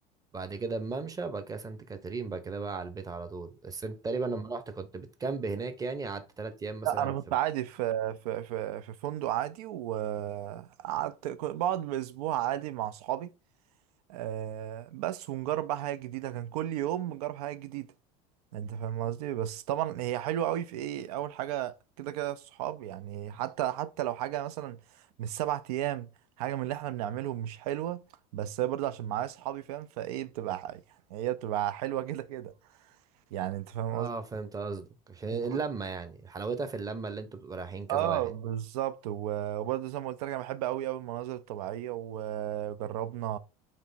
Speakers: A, on the right; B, on the right.
A: بعد كده الممشى بعد كده سانت كاترين بعد كده بقى على البيت على طول بس انت تقريبا لما رحت كنت بتكامب هناك يعني قعدت تلات ايام مثلا
B: لا انا
A: في
B: كنت عادي في في في في فندق عادي وقعدت كنت بقعد باسبوع عادي مع اصحابي آه، بس ونجرب بقى حاجه جديده كان كل يوم نجرب حاجه جديده انت فاهم قصدي بس طبعا هي حلوه قوي في ايه اول حاجه كده كده الصحاب يعني حتى حتى لو حاجه مثلا مش سبعة ايام حاجه من اللي احنا بنعملهم مش حلوه بس هي برضه عشان معايا صحابي فاهم فايه بتبقى ح- يعني هي بتبقى حلوه كده كده يعني انت فاهم
A: اه فهمت قصدك عشان
B: قصدي
A: اللمة يعني حلاوتها في اللمة اللي انتوا بتبقوا رايحين
B: اه
A: كذا واحد
B: بالظبط و- وبرضه زي ما قلت لك انا بحب قوي قوي المناظر الطبيعيه وجربنا